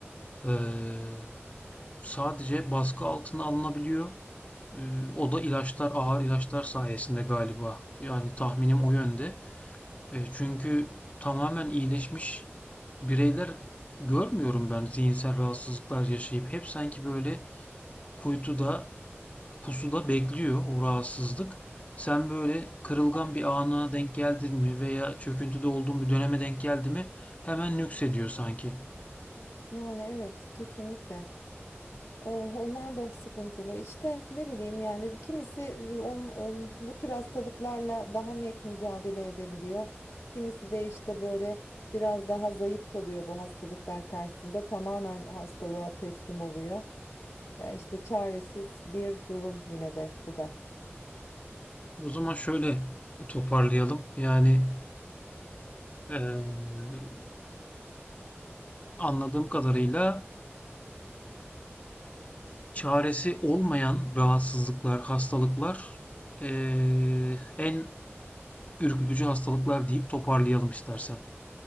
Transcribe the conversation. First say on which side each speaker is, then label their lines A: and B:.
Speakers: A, on the left; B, on the left.
A: eee, sadece baskı altına alınabiliyor. Eee, o da ilaçlar, ağır ilaçlar sayesinde galiba. Yani tahminim o yönde. Eee, çünkü tamamen iyileşmiş bireyler görmüyorum ben zihinsel rahatsızlıklar yaşayıp. Hep sanki böyle kuytuda pusuda bekliyor o rahatsızlık. Sen böyle kırılgan bir ana denk geldin mi veya çöküntüde olduğun bir döneme denk geldi mi hemen nüksediyor sanki.
B: Yani evet kesinlikle. Ee, Onlar da sıkıntılı. İşte ne bileyim yani kimisi e, on, e, bu tür hastalıklarla daha net mücadele edebiliyor. Kimisi de işte böyle biraz daha zayıf kalıyor bu hastalıklar karşısında. Tamamen hastalığa teslim oluyor. Ee, İşte çaresiz bir durum yine de bu da.
A: O zaman şöyle toparlayalım. Yani eee, anladığım kadarıyla çaresi olmayan rahatsızlıklar, hastalıklar eee, en ürkütücü hastalıklar deyip toparlayalım istersen.